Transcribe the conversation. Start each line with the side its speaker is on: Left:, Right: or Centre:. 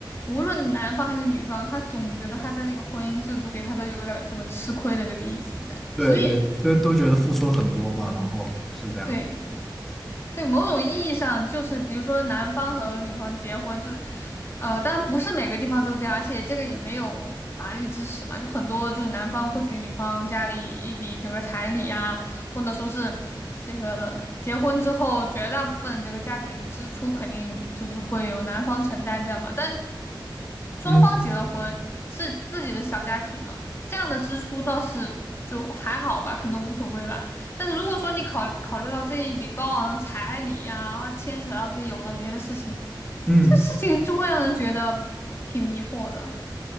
Left: 无论男方还是女方，他总觉得他在这个婚姻制度里，他都有点儿这个吃亏的这个意思在。
Centre: 对对，
Left: 所以，
Centre: 都都觉得付出了很多嘛，然后是这样。
Left: 对，对，某种意义上就是，比如说男方和女方结婚，就是，呃，当然不是每个地方都这样，而且这个也没有法律支持嘛，就很多就是男方会给女方家里一笔这个彩礼啊，或者说是这个结婚之后绝大部分这个家庭支出肯定就是会由男方承担这样嘛，但双方结了婚是自己的小家庭了，
Centre: 嗯
Left: 这样的支出倒是就还好吧，可能无所谓吧。但是如果说你考考虑到这一笔高昂的彩礼呀、然后牵扯到这些有的没的事情，
Centre: 嗯。
Left: 这事情就会让人觉得挺迷惑的。